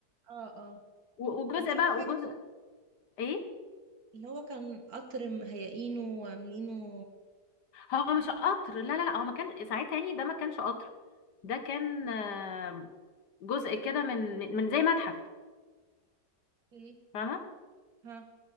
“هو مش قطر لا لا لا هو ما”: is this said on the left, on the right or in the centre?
Left